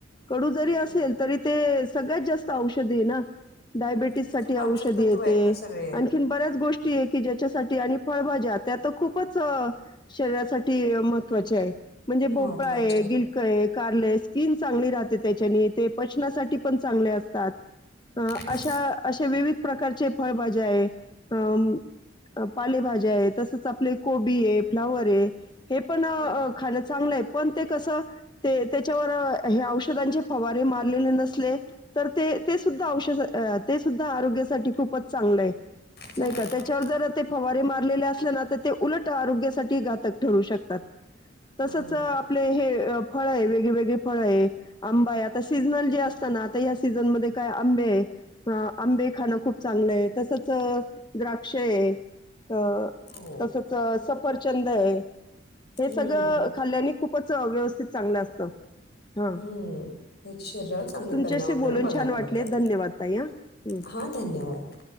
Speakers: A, on the left (about 25°); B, on the left (about 60°).
A: कडू जरी
B: बरोबर.
A: असेल तरी सत षध डाबटी
B: हं, हे
A: षधे
B: तर पाचक तत्व आहेत ना सगळे.
A: बऱ्याच गोष्टी आहे की ज्याच्यासाठी आणि फळभाज्या त्या तर खूपच शरीरासाठी महत्त्वाचे आहे म्हणजे भोपळा
B: महत्वाचे
A: आहे
B: आहेत.
A: गिलक आहे कार्लय स्किन चांगली राहते त्याच्याने ते ण चतात अा
B: हं,
A: असे विविध प्रकारचे फळभाज्या आहे अ पालेभाज्या आहे तसच आपले कोबी आहे फ्लावर आहे हे पण
B: हं.
A: खाण्या प त्या औषव नसले तर ते सुद्धा औष ते सुद्धा आरोग्यासाठी खूपच चांगलं आहे
B: चांगलं
A: नाही का त्याच्यावर
B: आहे.
A: जर ते फवारे मारलेले असल्या ना तर ते उलट आरोग्यासाठी घातक ठरू शकते
B: हां.
A: तसच आपले हे फळ आहे वेगळी वगळी फळ आहे आंबा आ सीजनल जे असत ना सीझन म काय आंबे आहे आंबे खाणं खूप चांगलं आहे तसच द्राक्ष आहे अ
B: हो.
A: तसच सफरचंद आहे हे
B: हं,
A: सगळं खाल्ल्याने खूपच व्यवस्थित चांगलं असतं हा
B: ह्म शरीरावर चांगले
A: तुमच्याशी
B: परिणाम आपल्याला
A: बोलून
B: बघायला
A: छान वाटले
B: मिळतात
A: धन्यवाद ताई हा हम्म.
B: ह धन्यवाद